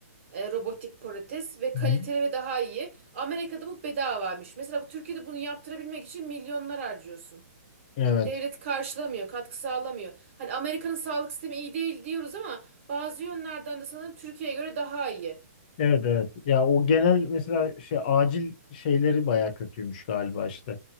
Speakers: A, on the right; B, on the left.
A: e, robotik protez ve
B: hı
A: kaliteli
B: hı.
A: ve daha iyi. Amerika'da bu bedavaymış. Mesela bu Türkiye'de bunu yaptırabilmek için milyonlar harcıyorsun.
B: Evet.
A: Devlet karşılamıyor, katkı sağlamıyor. Hani Amerika'nın sağlık sistemi iyi değil diyoruz ama bazı yönlerden de sanırım Türkiye'ye göre daha iyi.
B: Evet evet. Ya o genel mesela şey acil şeyleri baya kötüymüş galiba işte.